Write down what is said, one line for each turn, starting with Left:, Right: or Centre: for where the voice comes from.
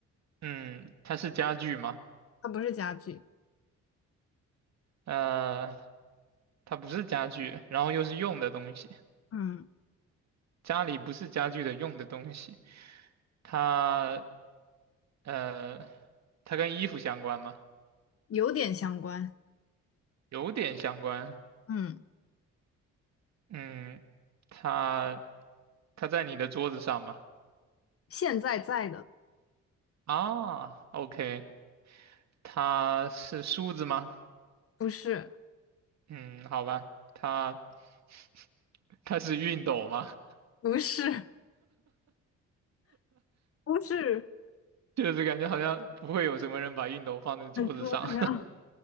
Right: 嗯，它是家具吗？
Left: 它不是家具。
Right: 呃，它不是家具，然后又是用的东西，
Left: 嗯，
Right: 家里不是家具的用的东西。它呃，它跟衣服相关吗？
Left: 有点相关。
Right: 有点相关。
Left: 嗯，
Right: 嗯，它它在你的桌子上吗？
Left: 现在在的，
Right: 啊，OK，它是梳子吗？
Left: 不是，
Right: 嗯，好吧，它 <laughs> 它是熨斗吗？<laughs>
Left: 不是，不是，
Right: 就是感觉好像不会有什么人把熨斗放在桌子上。
Left: 很桌子上，